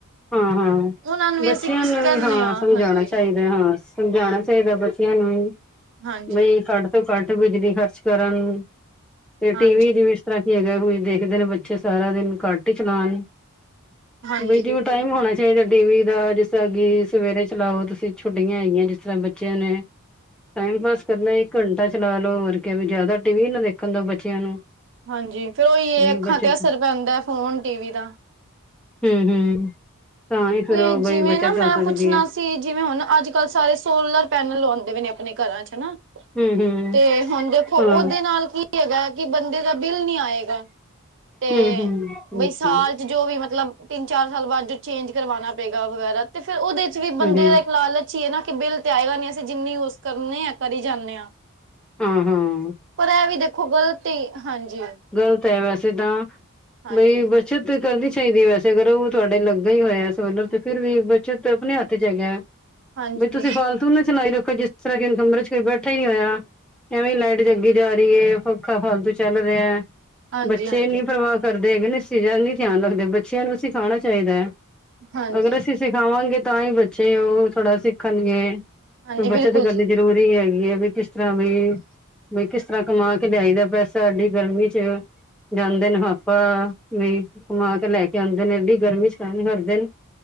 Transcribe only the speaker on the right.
ਉਹਨਾਂ ਨੂੰ ਵੀ
ਅਸੀਂ ਕਹਿੰਦੇ
ਹਾਂਜੀ
ਹਾਂਜੀ
ਹਾਂਜੀ
ਹਾਂਜੀ
ਬਿਲਕੁਲ
ਹਾਂਜੀ। ਫੇਰ ਔਈ
ਅੱਖਾਂ
ਤੇ ਅਸਰ ਪੈਂਦਾ ਫੋਨ, ਟੀ ਵੀ ਦਾ
ਤੇ
ਜਿਵੇਂ
ਨਾ ਮੈਂ
ਪੁੱਛਨਾ
ਸ ਤੇ ਜਿਵੇਂ-ਹੁਨ ਅੱਜ-ਕੱਲ ਸਾਰੇ ਸੋਲਰ ਪੈਨਲ ਲਵੌਂਦੇ ਪ‌ਏ ਨੇ ਅਪਨੇ ਘਰਾਂ ਚ ਹੈਨਾ
ਤੇ ਹੁਨ ਦੇਖੋ, ਓਦੇ
ਨਾਲ ਕੀ ਹੈਗਾ ਕਿ ਬੰਦੇ ਦਾ ਬਿੱਲ ਨੀ ਆਏਗਾ ਤੇ
ਬਈ ਸਾਲ ਜੋ ਵੀ ਮਤਲਬ ਤਿੰਨ, ਚਾਰ ਸਾਲ ਬਾਦ ਜੇ ਚੇਂਜ ਕਰਵਾਨਾ ਪਏਗਾ ਵਗੈਰਾ ਤੇ ਫੇਰ ਉਹਦੇ ਚ ਵੀ ਬੰਦੇ
ਦਾ ਇੱਕ ਲਾਲਚ ਹੀ ਏ ਨਾ ਕਿ ਬਿੱਲ ਤੇ ਆਏਗਾ ਨੀ ਅਸੀਂ ਜਿੰਨੀ ਯੂਜ ਕਰਨੇ ਆ ਕਰੀ ਜਾਂਨੇ ਆਂ।
ਪਰ ਐ ਵੀ ਦੇਖੋ ਗਲਤ, ਹਾਂਜੀ
ਹਾਂਜੀ
ਹਾਂਜੀ
ਹਾਂਜੀ
ਹਾਂਜੀ
ਹਾਂਜੀ
ਹਾਂਜੀ
ਬਿਲਕੁਲ
ਜੀ
ਹਾਂਜੀ